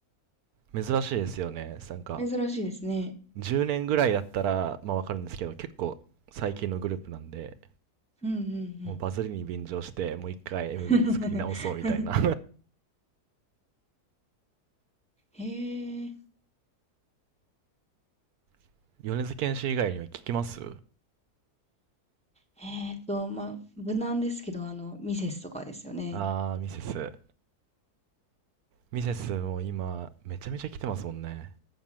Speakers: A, on the right; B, in the centre.
A: 珍しいですよね。なんか、
B: 珍しいですね。
A: 10年ぐらいだったら、まあわかるんですけど、結構最近のグループなんで、
B: うんうんうん。
A: もうバズりに便乗して、もう一回 MV
B: <laughs>
A: 作り直そうみたいな。
B: へえ。
A: <laughs> 米津玄師以外には聞きます
B: えっと、まあ、無難ですけど、あの、ミセスとかですよね。
A: あー、ミセス。ミセスも今、めちゃめちゃ来てますもんね。